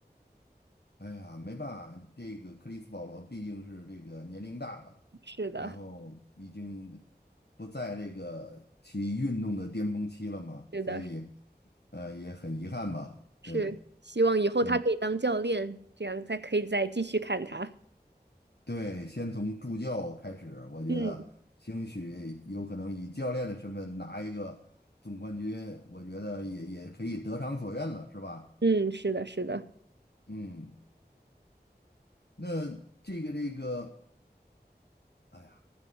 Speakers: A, on the left (about 70°); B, on the right (about 85°).
A: 哎呀，没办法，这个克里斯保罗毕竟是这个年龄大了，
B: <laughs> 是的，
A: 然后已经不在这个其运动的巅峰期了嘛，
B: 是的，
A: 所以呃也很遗憾吧。
B: 是，
A: 对，
B: 希望以后他可以当教练，
A: 嗯，
B: 这样才可以再继续看他。
A: 对，先从助教开始，我觉得兴许有可能以教练的身份拿一个总冠军，
B: 嗯
A: 我觉得也也可以得偿所愿了，是吧？
B: 嗯，是的，是的，
A: 嗯，那这个这个，哎呀。